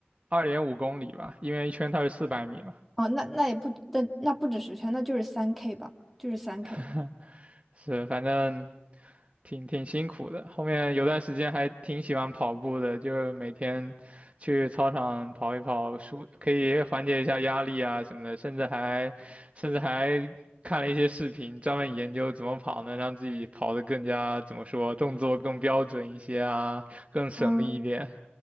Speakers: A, on the right; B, in the centre.
A: 二点五公里吧，因为一圈它是四百米嘛。
B: 哦，那那也不，但那不止十圈，那就是三 K 吧，就是三
A: <laughs>
B: K。
A: 是，反正挺挺辛苦的。后面有段时间还挺喜欢跑步的，就是每天去操场跑一跑，舒可以缓解一下压力啊什么的，甚至还甚至还看了一些视频，专门研究怎么跑能让自己跑得更加怎么说，动作更标准一些啊，更省力一点。
B: 嗯，